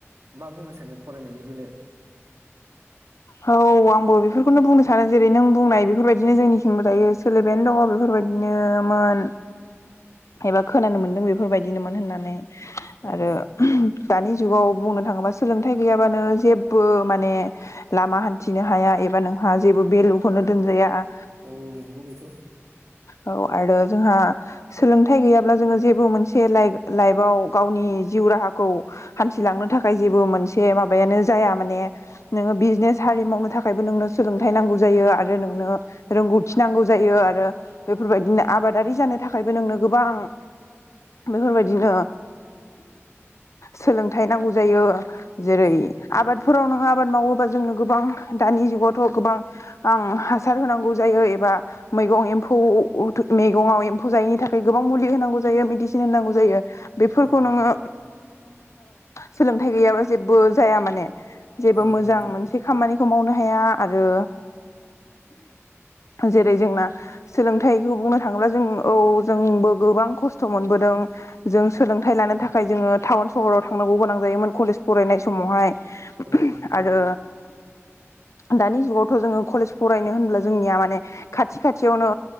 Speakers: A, on the right; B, on the left.
A: मा बुंनो सानो फरायनायनि बेलायाव
B: औ आंबो बेफोरखौनो बुंनो सानो जेरै नों बुंनाय बेफोरबायदिनो जोंनिखिनिबो दायो सोलिबायानो दङ बेफोरबायदिनोमोन एबा खोनानो मोन्दों बेफोरबायदिनोमोन होननानै
A: औ
B: आरो दानि जुगाव बुंनो थांङोबा सोलोंथाइ गैयाबानो जेब्बो माने लामा हान्थिनो हाया एबा नोंहा जेबो बेलुखौनो दोनजाया
A: औ नंगौ बेथ
B: औ आरो जोंहा सोलोंथाइ गैयाब्ला जोङो जेबो मोनसे लाइ लाइफआव गावनि जिउ राहाखौ हान्थिलांनो थाखाय जेबो मोनसे माबायानो जाया माने नोङो बिजनेस हारि मावनो थाखायबो नोंनो सोलोंथाइ नांगौ जायो आरो नोंनो रोंगौथि नांगौ जायो आरो बेफोरबायदिनो आबादारि जानो थाखायबो नोंनो गोबां बेफोरबायदिनो सोलोंथाइ नांगौ जायो जेरै
A: औ
B: आबादफोराव नोङो आबाद मावोबा गोबां दानि जुगावथ गोबां हासार होनांगौ जायो एबा मैगं एम्फौ मैगंआव एम्फौ जायैनि थाखाय गोबां मुलि होनांगौ जायो मेडिसिन होनांगौ जायो बेफोरखौ
A: औ
B: नोङो सोलोंथाइ गैयाबा जेबो जाया माने जेबो
A: औ
B: मोजां
A: नंगौ
B: मोनसे खामानिखौ मावनो हाया आरो जेरै जोंना सोलोंथाइखौ बुंनो थाङोब्ला जों औ जोंबो गोबां खस्थ खस्थ मोनबोदों जों सोलोंथाइ लानो थाखाय थाखाय जोङो टाउन सहराव थांनांगौ गोनां जायोमोन कलेज फरायनाय समावहाय
A: औ
B: आरो दानि जुगावथ जोङो कलेज फरायनो होनब्ला जोंनिया माने खाथि खाथियावनो